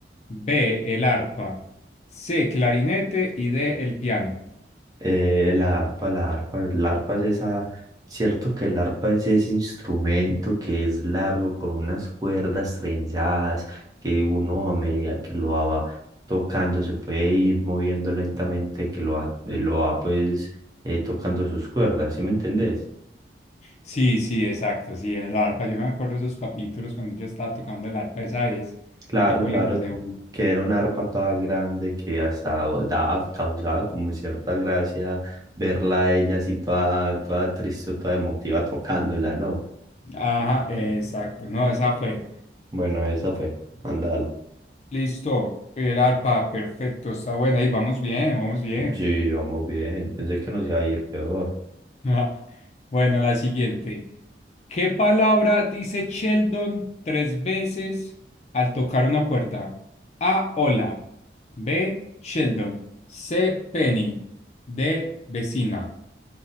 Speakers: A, on the left; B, on the right.
A: B, el arpa. C, clarinete y D, el piano.
B: Eh, la arpa, la arpa, la arpa es esa. Cierto que el arpa es ese instrumento que es largo, con unas cuerdas trenzadas, que uno a medida que lo va tocando se puede ir moviendo lentamente, que lo va, eh, lo va pues eh, tocando sus cuerdas, ¿sí me entendés?
A: Sí, sí, exacto, sí, el arpa. Yo me acuerdo esos capítulos cuando yo estaba tocando el arpa, esa es.
B: Claro,
A: Ahí goleamos
B: claro,
A: de una.
B: que era una arpa toda grande que hasta daba, causaba como cierta gracia verla a ella así toda, toda triste o toda emotiva tocándola, ¿no?
A: Ajá, exacto, no, esa fue.
B: Bueno, esa fue, mandala.
A: Listo, el arpa, perfecto, está buena. Ahí vamos bien, vamos bien.
B: Sí, vamos bien, pensé que nos iba a ir peor.
A: Ajá. Bueno, la siguiente. ¿Qué palabra dice Sheldon tres veces al tocar una puerta? A. Hola. B. Sheldon. C. Penny. D. Vecina.